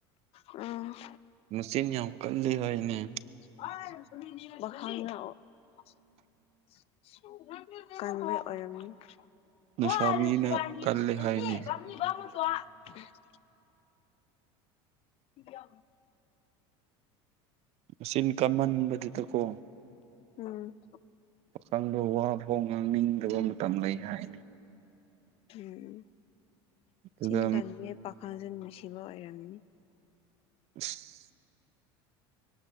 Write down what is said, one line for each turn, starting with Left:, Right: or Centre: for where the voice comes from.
Left: ꯎꯝ
Right: ꯃꯆꯤꯟ ꯌꯥꯝ ꯀꯜꯂꯤ ꯍꯅꯦ
Left: <unintelligible> ꯀꯔ <inaudible> ꯀꯅꯤꯕ
Right: ꯂꯩꯁꯥꯕꯤꯅ
Left: ꯃꯁꯨꯣ
Right: ꯀꯜꯂꯦ ꯍꯥꯏꯅꯤ
Left: <inaudible> ꯌꯥ <inaudible>
Right: ꯆꯤꯟ ꯀꯝꯃꯟꯕꯗꯨꯗꯀꯣ
Left: ꯎꯝ
Right: ꯄꯥꯈꯪꯗ ꯋꯥ ꯐꯥꯎ ꯉꯥꯡꯅꯤꯡꯗꯕ ꯃꯇꯝ ꯂꯩ ꯍꯥꯏ
Left: ꯎꯝ
Right: ꯑꯗꯨꯒ
Left: ꯆꯤꯟ ꯀꯟꯅꯦ ꯄꯥꯈꯪꯁꯦ ꯅꯨꯡꯁꯤꯕ ꯑꯣꯏꯔꯝꯅꯤ
Right: <unintelligible>